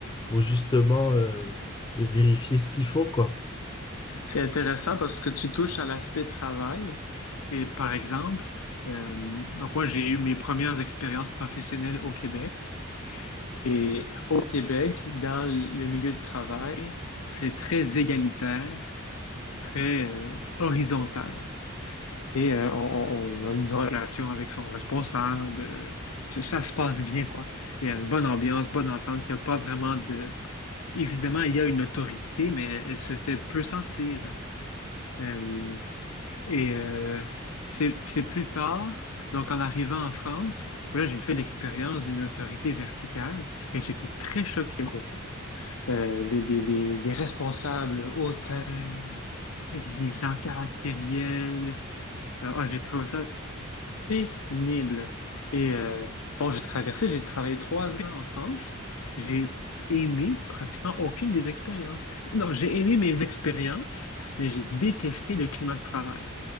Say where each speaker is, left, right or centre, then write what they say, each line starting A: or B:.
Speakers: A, on the left; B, on the left.
A: pour justement euh, vérifier ce qu'ils font, quoi.
B: C'est intéressant parce que tu touches à l'aspect travail. Et par exemple, euh, donc moi, j'ai eu mes premières expériences professionnelles au Québec. Et au Québec, dans le milieu de travail, c'est très égalitaire, très euh, horizontal. et euh, on, on a une relation avec son responsable. euh, ça, ça se passe bien, quoi. Il y a une bonne ambiance, bonne entente. Il n'y a pas vraiment de... Évidemment, il y a une autorité, mais elle se fait peu sentir. Euh, et euh, c'est, c'est plus tard, donc en arrivant en France, là, j'ai fait l'expérience d'une autorité verticale et j'étais très choqué de ça. Euh, des, des, des, des responsables hautains, exigeants, caractériels. Euh, Ah, j'ai trouvé ça pénible. Et euh, bon, j'ai traversé, j'ai travaillé trois ans en France. J'ai aimé pratiquement aucune des expériences. Non, j'ai aimé mes expériences, mais j'ai détesté le climat de travail.